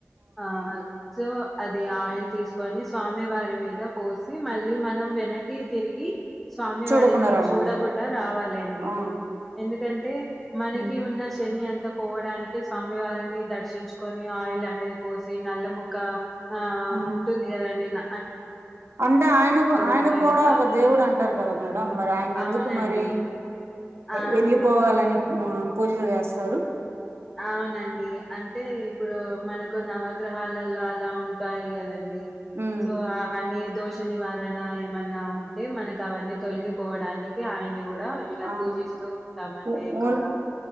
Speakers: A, in the centre; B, on the right.
A: ఆ సో అది ఆయిల్ తీసుకొని స్వామివారి మీద పోసి మళ్ళీ మనం వెనక్కి తిరిగి స్వామి
B: చూడకుండా
A: వడిని
B: రావాలి
A: చూడకుండా రావాలి అండి
B: ఆ
A: ఎందుకంటే మనకి
B: ఉమ్
A: ఉన్న శని అ ంతా పోవడానికి స్వామివారిని దర్శించుకుని ఆయిల్ అనేది కోసం నల్ల ముక్క ఆ
B: ఉమ్
A: ఉంటుంది కదండీ నా
B: అంటే ఆయన ఆయన
A: ఉంటాయి
B: కూడా
A: కదా
B: ఒక దేవుడు అంటారు కదా మేడం మరి ఆయన ఎందుకు
A: అవునండి
B: మరి
A: ఆ
B: వెళ్ళిపోవాలని ఆ పూజలు చేస్తారు
A: అవునండి అంటే ఇప్పుడు మనకు నవా గ్రహాలల్లో అలా ఉంటాయి కద ండి
B: ఉమ్
A: సో అవని దోష నివారణ ఏమన్నా ఉంటే మనకి అవన్నీ తొలగిపోవడానికి అయన్ని కూడా ఇలా
B: ఆ
A: పూజిస్తూ ఉంటామండి
B: ఓ-
A: ఎక్కువగా
B: ఓన్